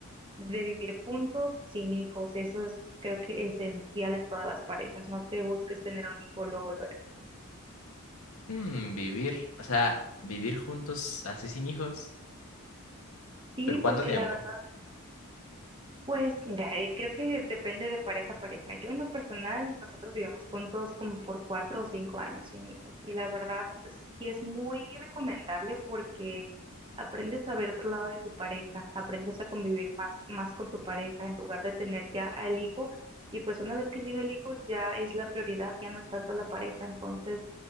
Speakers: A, on the right; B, on the left.
A: de vivir juntos sin hijos, eso es creo que esencial en todas las parejas, no te busques tener un hijo luego, luego.
B: Mm, vivir, o sea, vivir juntos así sin hijos,
A: Sí,
B: pero
A: porque
B: ¿cuánto tiempo?
A: la verdad Pues mira, eh, creo que depende de pareja a pareja. Yo en lo personal, nosotros vivimos juntos como por cuatro o cinco años sin hijos y la verdad sí es muy recomendable porque aprendes a ver otro lado de tu pareja, aprendes a convivir más, más con tu pareja en lugar de tener ya al hijo y pues una vez que llega el hijo ya es la prioridad, ya no es tanto la pareja, entonces